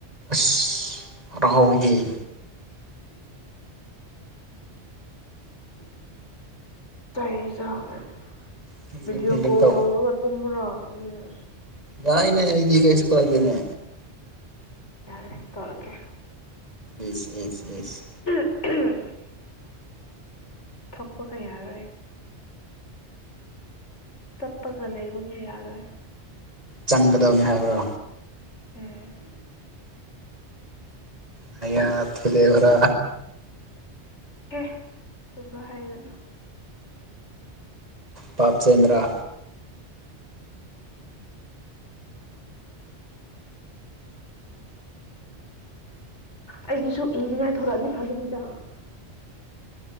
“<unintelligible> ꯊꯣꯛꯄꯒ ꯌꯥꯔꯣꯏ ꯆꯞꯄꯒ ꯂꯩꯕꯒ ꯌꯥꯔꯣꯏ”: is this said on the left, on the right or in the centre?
Left